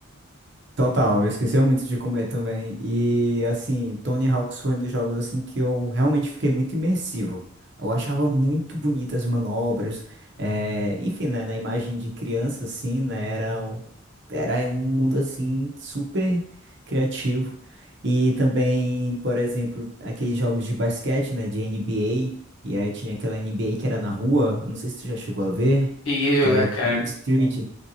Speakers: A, on the right (about 55°); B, on the left (about 75°).
A: Total, eu esquecia muito de comer também. E assim, Tony Hawk's foi um dos jogos assim que eu realmente fiquei muito imersivo. Eu achava muito bonitas as manobras. eh, enfim, né, na imagem de criança, assim, né, era, o- era um mundo assim super criativo. E também, por exemplo, aqueles jogos de basquete, né, de NBA. E aí tinha aquela NBA que era na rua. Eu não sei se tu já chegou a ver,
B: Cheguei a jogar,
A: que era
B: cara.
A: Street.